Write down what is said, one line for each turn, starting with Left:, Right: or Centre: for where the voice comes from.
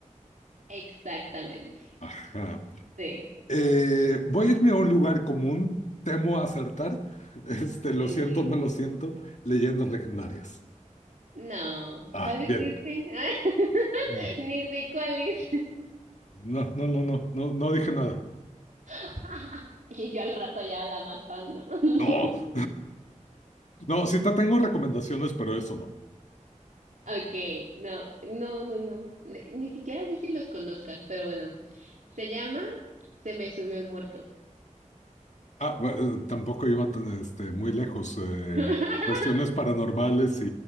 Right: Exactamente.
Left: Ajá.
Right: Sí.
Left: Eh, voy a irme a un lugar común, temo acertar, <laughs> este, lo
Right: Ujú.
Left: siento, no lo siento, leyendas legendarias.
Right: No,
Left: Ah,
Right: ¿cuál es
Left: bien.
Right: este? <laughs>
Left: Mm.
Right: Ni sé cuál es.
Left: No, no, no, no, no, no dije nada.
Right: <laughs> Y yo al rato ya la más fan, ¿no? <laughs>
Left: No. <laughs> No, sí te tengo recomendaciones, pero eso no.
Right: Okay, no, no, no, no. Ni, ni siquiera sé si los conozcas, pero bueno. Se llama Se me subió el muerto.
Left: Ah, bu- eh, tampoco iba tan, este, muy lejos. eh,
Right: <laughs>
Left: cuestiones paranormales y